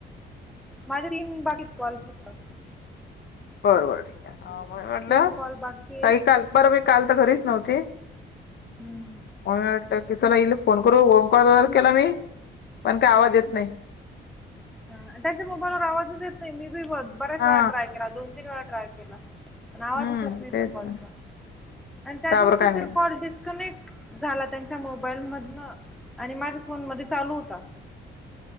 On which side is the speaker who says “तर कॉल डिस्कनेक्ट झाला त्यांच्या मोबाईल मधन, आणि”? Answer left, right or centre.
Centre